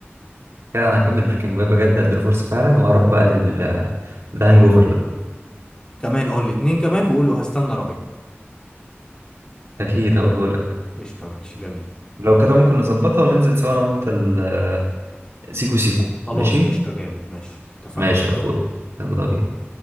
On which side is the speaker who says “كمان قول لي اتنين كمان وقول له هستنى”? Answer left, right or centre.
Left